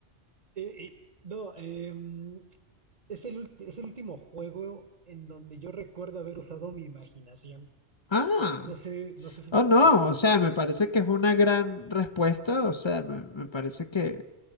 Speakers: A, on the right; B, on the left.
A: Eh, eh, no, em, es el, ulti- es el último juego en donde yo recuerdo haber usado mi imaginación.
B: Ah,
A: No sé, no sé si
B: oh
A: me logro
B: no,
A: explicar.
B: o sea, me parece que es una gran respuesta, o sea, me, me parece que